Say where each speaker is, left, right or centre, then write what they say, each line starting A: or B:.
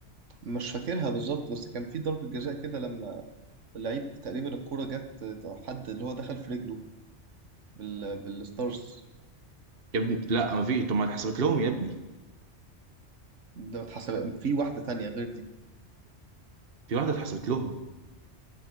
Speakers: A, on the right; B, on the right.
A: مش فاكرها بالظبط بس كان في ضربة جزاء كده لما اللعيب تقريبا الكرة جت أو حد اللي هو دخل في رجله بال... بالستارز
B: يا ابني لا ما فيش طب ما اتحسبت لهم يا ابني
A: ده ما اتحسب في واحدة تانية غير دي
B: في واحدة اتحسبت لهم